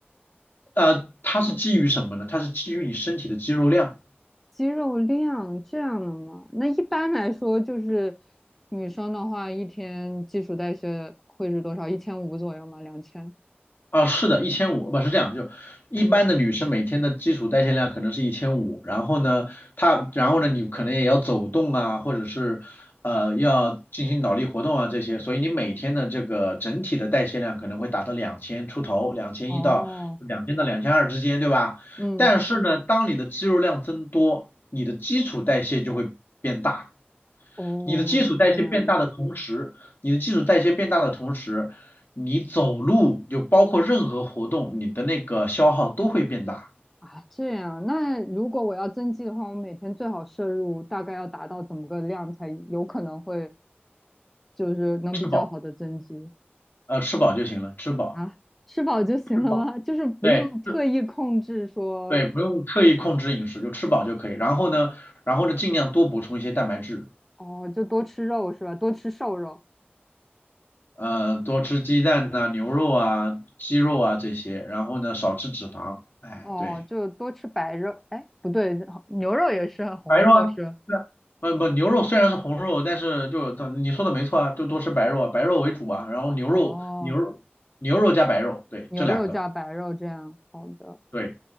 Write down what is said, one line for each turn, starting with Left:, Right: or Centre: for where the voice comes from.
Left: 呃，它是基于什么呢？它是基于你身体的肌肉量。
Centre: 肌肉量这样的嘛。那一般来说，就是女生的话，一天基础代谢会是多少？一千五左右吗？两千？
Left: 啊，是的，一千五不是这样，就一般的女生每天的基础代谢量可能是一千五，然后呢，她然后呢，你可能也要走动啊，或者是呃要进行脑力活动啊这些，所以你每天的这个整体的代谢量可能会达到两千出头，两千一到两千到两千二之间，
Centre: 哦，
Left: 对吧？
Centre: 嗯，
Left: 但是呢，当你的肌肉量增多，你的基础代谢就会变大。
Centre: 哦，
Left: 你的基础代谢变大的同时，
Centre: 这样
Left: 你的基础代谢变大的同时，你走路就包括任何活动，你的那个消耗都会变大。
Centre: 啊，这样。那如果我要增肌的话，我每天最好摄入大概要达到怎么个量才有可能会就是能比较好的增肌
Left: 吃饱，呃，吃饱就行了，吃饱，
Centre: 啊，吃饱就行了吗？
Left: 吃饱，
Centre: 就是不用特意控制说，
Left: 对，吃，对，不用特意控制饮食，就吃饱就可以。然后呢，然后呢，尽量多补充一些蛋白质，
Centre: 哦，就多吃肉是吧？多吃瘦肉，
Left: 呃，多吃鸡蛋呐、牛肉啊、鸡肉啊这些，然后呢，少吃脂肪。哎，
Centre: 哦，
Left: 对。
Centre: 就多吃白肉，哎，不对，牛肉也是红肉是吧
Left: 白肉啊，对啊，不不，牛肉虽然是红肉，但是就你说的没错啊，就多吃白肉啊，白肉为主啊，然后牛肉牛肉牛肉加白肉，
Centre: 哦，
Left: 对，
Centre: 牛肉加白肉这样，
Left: 这两个，
Centre: 好的，
Left: 对